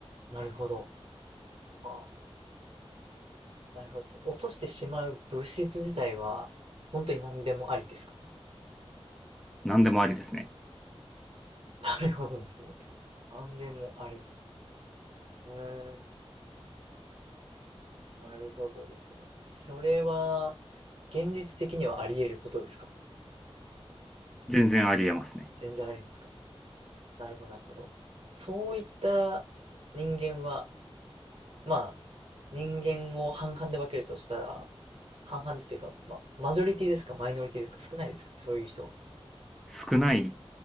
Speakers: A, on the right (about 65°); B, in the centre.
A: なるほど。ああ、なるほどですね。落としてしまう物質自体は本当に何でもありですかね。
B: 何でもありですね。
A: なるほどですね。何でもありなんですね。うーん、なるほどですね。それは現実的にはあり得ることですか
B: 全然ありえますね。
A: 全然ありますか。なるほど、なるほど。そういった人間は、まあ、人間を半々で分けるとしたら、半々でというか、まあ、マジョリティですか、マイノリティですか、少ないですかね、そういう人は。は
B: 少ない